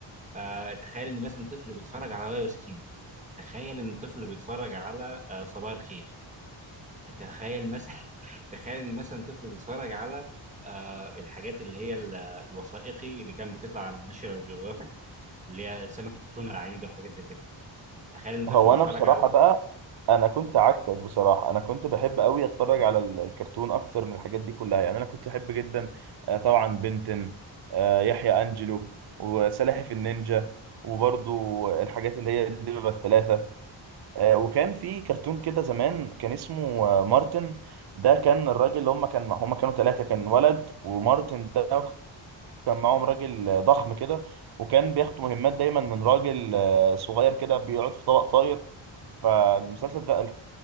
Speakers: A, on the right (about 15°); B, on the right (about 55°).
A: آه تخيل ان مثلا طفل بيتفرج على واي وسكين تخيل ان طفل بيتفرج على آه صباح الخير تخيل مثلا <laughs> تخيل ان مثلا طفل بيتفرج على آه الحاجات اللي هي ال- الوثائقي اللي كان بيطلع على الناشونال جيوغرافيك اللي هي سمكة التونة العنيدة وحاجات زي كده تخيل ان طفل
B: هو
A: بيتفرج
B: انا بصراحه
A: على
B: بقى انا كنت عكسك بصراحه انا كنت بحب قوي اتفرج على ال- الكرتون اكتر من الحاجات دي كلها يعني انا كنت احب جدا آه، طبعا بنتن آه، يحيى انجلو وسلاحف النينجا وبرضو الحاجات اللي هي الدببة الثلاثة آه، وكان في كرتون كده زمان كان اسمه آه، مارتن ده كان الراجل اللي هم كان هم كانوا ثلاثة كان ولد ومارتن ده كان معاهم راجل آه، ضخم كده وكان بياخد مهمات دايما من راجل آه، صغير كده بيقعد في طبق طاير فالمسلسل ده